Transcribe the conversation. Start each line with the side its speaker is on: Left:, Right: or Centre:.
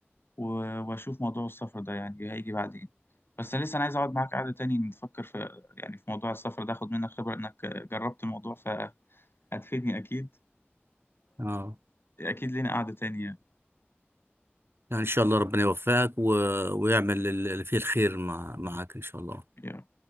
Left: و- واشوف موضوع السفر ده يعني هيجي بعدين بس لسه انا عايز اقعد معاك قعدة تاني نفكر في يعني في موضوع السفر ده اخد منك خبرة انك جربت الموضوع فهتفيدني اكيد
Right: اه
Left: فاكيد لنا قعدة تانية
Right: لا، إن شاء الله ربنا يوفقك و... ويعمل اللي فيه الخير مع... معاك إن شاء الله
Left: يعني